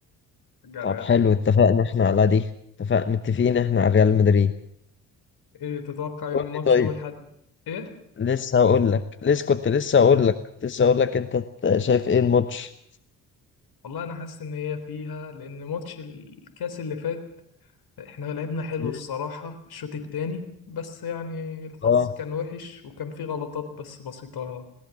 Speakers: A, on the left (about 55°); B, on the left (about 25°).
A: بشجع
B: طب
A: الريال
B: حلو
A: اكيد
B: اتفقنا احنا على دي اتفقنا متفقين احنا على ريال مدريد
A: ايه تتوقع يوم
B: قول
A: ماتش
B: لي طيب
A: يوم الاحد ايه
B: لسه هقول لك لسه كنت لسه هقول لك لسه هقول لك انت شايف ايه الماتش
A: والله انا حاسس ان هي فيها لان ماتش الكاس اللي فات احنا لعبنا حلو
B: مم.
A: الصراحه الشوط التاني بس يعني الحظ
B: اه
A: كان وحش وكان فيه غلطات بس بسيطه